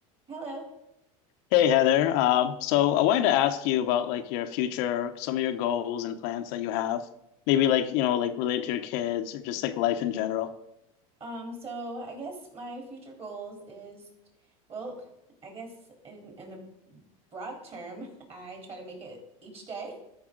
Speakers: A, on the right; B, on the left.
A: Hello.
B: Hey Heather, Um, so I wanted to ask you about like your future, some of your goals and plans that you have, maybe like you know like related to your kids or just like life in general.
A: Um, so I guess my future goals is, well, I guess in in the broad term, <laughs> I try to make it each day.